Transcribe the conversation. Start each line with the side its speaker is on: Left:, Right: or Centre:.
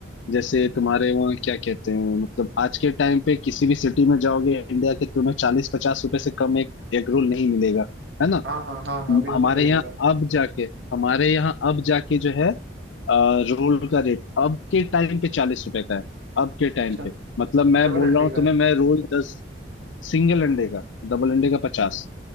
Left: जैसे तुम्हारे वहाँ क्या कहते हैं मतलब आज के टाइम पे किसी भी सिटी में जाओगे इंडिया के तुम्हें चालीस पचास रुपए से कम एक एग रोल नहीं मिलेगा है ना
Right: हाँ हाँ हाँ हाँ बिल्कुल
Left: हमारे
Right: सही बोला
Left: यहाँ अब जाके हमारे यहाँ अब जाके जो है रोल का रेट अब के टाइम पे चालीस रुपए का है अब के टाइम
Right: अच्छा
Left: पे मतलब
Right: डबल
Left: मैं बोल
Right: अंडे
Left: रहा हूँ
Right: का
Left: तुम्हें
Right: है
Left: मैं रोल दस सिंगल अंडे का डबल अंडे का पचास